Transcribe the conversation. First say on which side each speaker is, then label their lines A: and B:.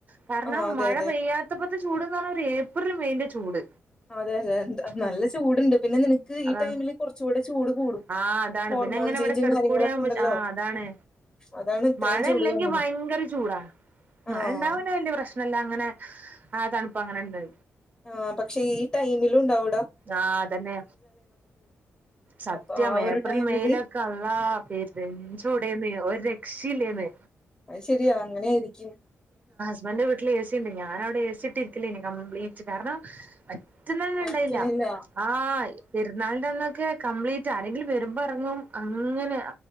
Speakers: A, on the right; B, on the left.
A: കാര്ണം
B: ആഹ് അതെ
A: മഴ
B: അതെ
A: പെയ്യാത്ത എത്തപ്പത്തെ ചൂട്ന്ന്‌ പറഞ്ഞാ ഒര് ഏപ്രിൽ മെയിന്റെ ചൂട്.
B: അതെ അതെ നല്ല
A: ഉം
B: ചൂടുണ്ട് പിന്നെ ന്നിനക്ക് ഈ
A: അതാണ്
B: ടൈമില് കൊറചൂടെ ചൂട് കൂടും.
A: ആഹ് അതാണ്
B: ഹോർമോൺ
A: പിന്നെ ഇങ്ങനെ
B: ചേഞ്ചും
A: ഇവ്ടെ കെടക്കൂടെയാവുമ്പോ
B: കാര്യങ്ങളൊക്കെ ഉണ്ടല്ലോ
A: ആ അതാണ്.
B: അതാണ് ഇത്രയും
A: മഴ
B: ചൂട്
A: ഇല്ലെങ്കി
B: തോന്നുന്നത്
A: ഭയങ്കര ചൂടാ
B: ആഹ്
A: മഴ ഇണ്ടായ പിന്നെ വെല്യ പ്രശ് ല്ലാ അങ്ങനെ ആ തണുപ്പ അങ്ങനെ ഇണ്ട്
B: ആഹ് പക്ഷെ ഈ ടൈമിലും ഉണ്ടാവെടാ
A: ആഹ് അതന്നെ സത്യം
B: അപ്പൊ ആ ഒരു
A: ഏപ്രിൽ
B: ടൈമില്
A: മെയിലൊക്കെ അള്ളാ പെരും രൂം ചൂടെന്ന് ഒരു രക്ഷീല്ലേന്ന്.
B: അത് ശരിയാ അങ്ങനെയായിരിക്കും.
A: ഇമ്മാന്റെ വീട്ടില് എ സി ണ്ട് ഞാനവടെ എ സി ഇട്ട് ഇരിക്കലേയ്നി കംപ്ലീറ്റ് കാരണം പറ്റുന്നെന്ണ്ടെയ്ല.
B: പറ്റണില്ല
A: ആഹ് പെര് ന്നാളിന്റെ അന്നൊക്കെ കംപ്ലീറ്റ് ആരെങ്കിലും വരുമ്പോ എറങ്ങും അങ്ങനെ